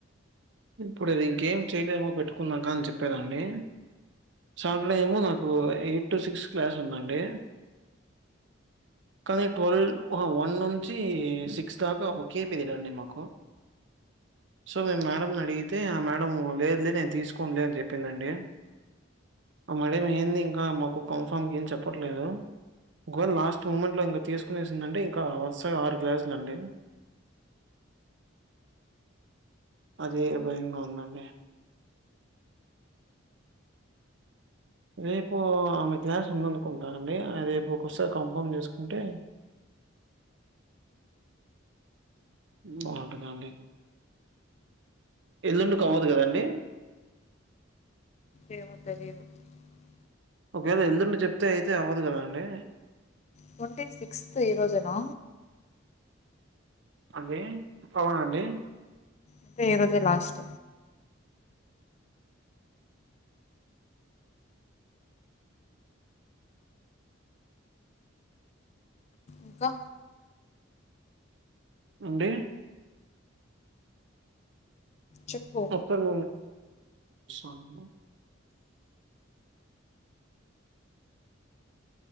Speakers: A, on the right; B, on the left.
A: ఇప్పుడుది ఇంకేం చేయలేమో పెట్టుకున్నాక అని చెప్పేరండి సాటర్డే ఏమో నాకు ఎయిట్ టు సిక్స్ క్లాస్ ఉందండి. కానీ ట్వల్వ్ వన్ నుంచి సిక్స్ దాకా ఒకే అండి మాకు సో మేం మేడంమ్ అడిగి తే ఆ మేడమ్ లేదులే నేను తీసుకోన్లే అని చెప్పిందండి. ఆ మేడమ్ మీ ఏంది ఇంకా మాకు కన్ఫమ్గ ఏం చెప్పట్లేదు. ఒకవేళ లాస్ట్ మూమెంట్ ట్లో తీస్కునేసిందాంటే ఇంకా వరుసగా ఆరు క్లాసులు అండి అదే భయంగా ఉందండి. రేపు ఆమె క్లాస్ ఉందనుకుంటా అండి. రేపు ఒకసారి కంఫామ్ చేసుకుంటే బాగుంటదండి. ఎల్లుండి అవ్వదు కదండి.
B: <inaudible>
A: ఒకేళ ఎల్దుండి చెప్తే అయితే అవ్వదు కదండి.
B: ట్వంటీ సిక్స్త్ ఈ రోజేనా
A: అండి అవునండి.
B: అయితే ఈ రోజే లాస్ట్ ఇంకా
A: అండి
B: చెప్పు
A: ఒకసార్ <inaudible> <unintelligible>